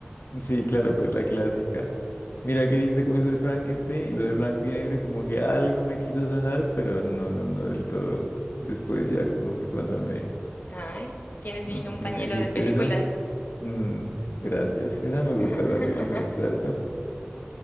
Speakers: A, on the left; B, on the left.
A: sí, claro, pues la clásica. Mira que dijiste como eso de Frankenstein y lo de blanco y negro, y como que algo me quiso sonar, pero no, no, no del todo. Después ya como que cuando me,
B: Ay, ¿quién es
A: m-
B: mi compañera
A: me dijiste
B: de películas?
A: eso, mm, gracias. Esa me gusta
B: <laughs>
A: también, me gusta harto.